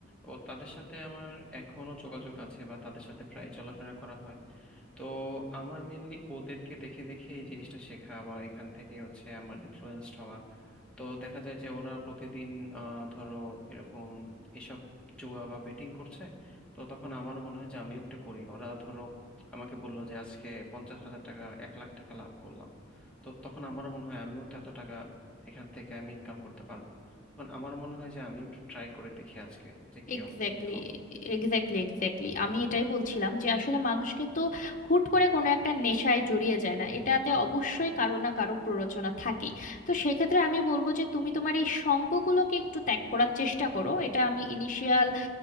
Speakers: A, in the centre; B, on the left.
A: ও তাদের সাথে আমার এখনো যোগাযোগ আছে বা তাদের সাথে প্রায় চলাফেরা করা হয় তো আমার মেনলি ওদেরকে দেখে দেখে এই জিনিসটা শেখা বা এখান থেকে হচ্ছে আমার ইনফ্লুয়েন্সড হওয়া তো দেখা যায় যে ওরা প্রতিদিন আহ, ধরো এরকম এসব জুয়া বা বেটিং করছে তো তখন আমার মনে হয় যে আমিও একটু করি ওরা ধরো আমাকে বললো যে আজকে পঞ্চাশ হাজার টাকা এক লাখ টাকা লাভ করলাম তো তখন আমার মনে হয় আমিও তো এত টাকা এখান থেকে আমি ইনকাম করতে পারবো তখন আমার মনে হয় যে আমিও একটু ট্রাই করে দেখি আজকে যে কি
B: এক্স্যাক্টলি
A: কি খবর
B: এক্স্যাক্টলি এক্স্যাক্টলি আমি এটাই বলছিলাম যে আসলে মানুষ কিন্তু হুট করে কোনো একটা নেশায় জড়িয়ে যায় না এটাতে অবশ্যই কারো না কারো প্ররোচনা থাকেই তো সেক্ষেত্রে আমি বলবো যে তুমি তোমার এই সঙ্গগুলোকে একটু ত্যাগ করার চেষ্টা করো এটা আমি ইনিশিয়াল